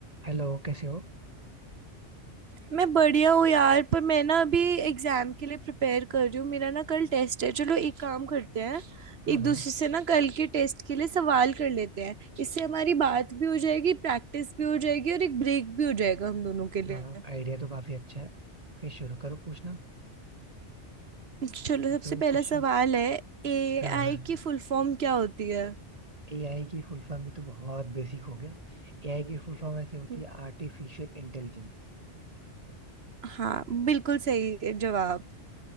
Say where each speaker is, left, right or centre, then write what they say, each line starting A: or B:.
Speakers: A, on the right; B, on the right.
A: हेलो कैसे हो
B: मैं बढ़िया हूँ यार पर मैं ना अभी एग्जाम के लिए प्रिपेयर कर रही हूँ मेरा ना कल टेस्ट है चलो एक काम करते हैं
A: हाँ
B: एक
A: हाँ
B: दूसरे से ना कल के टेस्ट के लिए सवाल कर लेते हैं इससे हमारी बात भी हो जाएगी प्रैक्टिस भी हो जाएगी और एक ब्रेक भी हो जाएगा हम दोनों के लिए
A: हाँ आइडिया तो काफी अच्छा है फिर शुरू करो पूछना
B: चलो
A: तो
B: सबसे पहला
A: क्वेश्चन
B: सवाल है एआई
A: हाँ
B: की फुल फॉर्म क्या होती है
A: एआई की फुल फॉर्म भी तो बहुत बेसिक हो गया एआई की फुल फॉर्म ऐसे होती
B: हम्म,
A: है आर्टिफिशियल इंटेलिजेंस
B: हाँ बिल्कुल सही जवाब